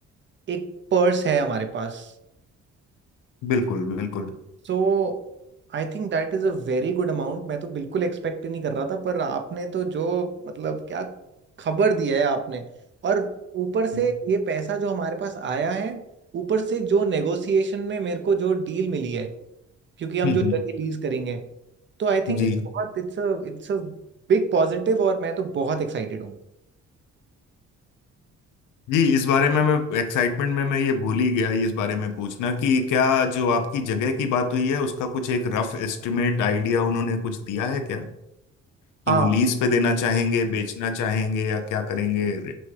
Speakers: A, on the right; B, on the left.
A: एक पर्स है हमारे पास
B: बिल्कुल बिल्कुल
A: So I think that is a very good amount मैं तो बिल्कुल एक्सपेक्ट ही नहीं कर रहा था पर आपने तो जो मतलब क्या खबर दिया है आपने और ऊपर से
B: हम्म
A: ये पैसा जो हमारे पास आया है ऊपर से जो नेगोशिएशन में मेरे को जो डील मिली है क्योंकि हम
B: हम्म
A: जो जगह लीज करेंगे तो आई
B: जी
A: थिंक ये बहुत इट्स अ इट्स अ बिग पॉजिटिव और मैं तो बहुत एक्साइटेड हूँ
B: जी इस बारे में मैं एक्साइटमेंट में मैं ये भूल ही गया इस बारे में पूछना कि क्या जो आपकी जगह की बात हुई है उसका कुछ एक रफ एस्टिमेट आइडिया उन्होंने कुछ दिया है क्या
A: हाँ
B: कि वो लीज पे देना चाहेंगे बेचना चाहेंगे या क्या करेंगे हम्म